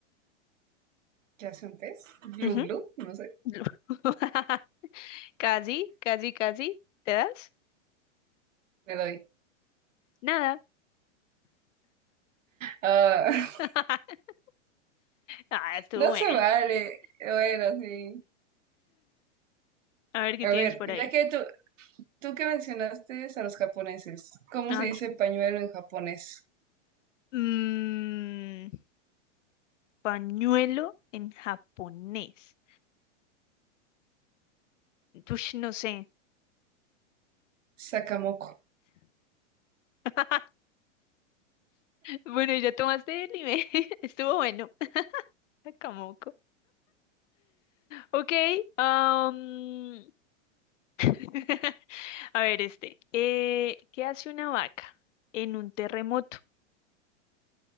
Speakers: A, on the right; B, on the left.
A: ¿Qué hace un pez? Glu
B: Ujú.
A: glu, no sé,
B: <laughs> Casi, casi, casi. ¿Te das?
A: me doy.
B: Nada.
A: Ah,
B: <laughs> Ah, estuvo
A: No
B: bueno.
A: se vale. Bueno, sí.
B: A ver qué
A: A
B: tienes
A: ver,
B: por ahí.
A: ya que tú, tú que mencionaste a los japoneses, ¿cómo
B: A
A: se
B: ver.
A: dice pañuelo en japonés?
B: Mm, pañuelo en japonés. Ush, no sé.
A: Sakamoko.
B: <laughs> Bueno, ya tomaste el anime. <laughs> Estuvo bueno. <laughs> Kamoko. Ok, am, <laughs> a ver este. eh, ¿qué hace una vaca en un terremoto?